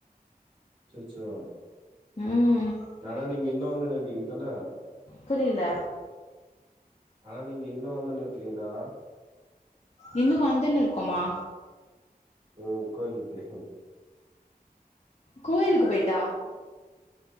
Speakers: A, on the right (about 40°); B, on the left (about 45°).
A: அச்சசோ
B: ம்
A: ஆனா நீங்க இன்னு வந்துனு இருக்கீங்க தான
B: புரியல
A: ஆனா நீங்க இன்னு வந்துன்னு இருக்கீங்களா
B: இன்னு வந்துன்னு இருக்குமா
A: ம் கோயில்லுக்கு <unintelligible>
B: கோயிலுக்கு போய்ட்டா
A: உ